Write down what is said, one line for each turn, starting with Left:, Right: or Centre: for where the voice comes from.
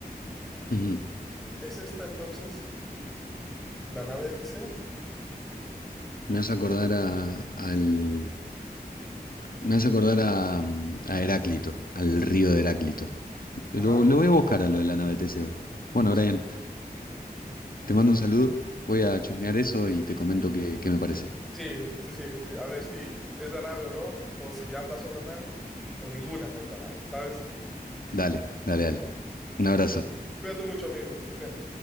Left: Ujú.
Centre: ¿Es esta entonces la nave de Teseo?
Left: Me hace acordar a, al, me hace acordar a, mm, a Heráclito, al río de Heráclito. Lo,
Centre: Ajá.
Left: lo voy a buscar a lo de la nave Teseo.
Centre: Sí,
Left: Bueno,
Centre: bu- sí,
Left: Brian, te mando un saludo. Voy
Centre: sí,
Left: a chusmear eso y te comento qué, qué me parece.
Centre: sí, sí, sí, sí. A ver si es la nave o no, o si ambas son la nave, o ninguna es la nave, ¿sabes?
Left: Dale, dale, dale. Un abrazo.
Centre: Cuídate mucho, amigo, que estés bien.